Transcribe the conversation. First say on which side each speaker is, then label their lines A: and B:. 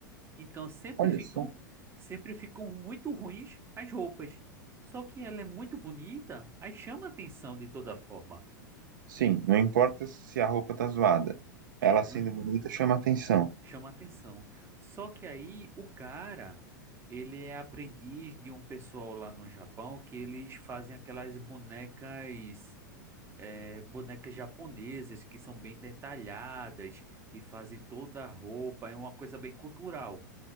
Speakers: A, on the right (about 25°); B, on the right (about 70°).
A: Então sempre
B: Olha
A: ficam,
B: só.
A: sempre ficam muito ruins as roupas. Só que ela é muito bonita, aí chama a atenção de toda forma.
B: Sim, não importa se a roupa tá zoada.
A: É,
B: Ela
A: não,
B: sendo bonita chama atenção.
A: chama atenção. Só que aí o cara, ele é aprendiz de um pessoal lá no Japão que eles fazem aquelas bonecas, eh, bonecas japonesas que são bem detalhadas e fazem toda a roupa, é uma coisa bem cultural.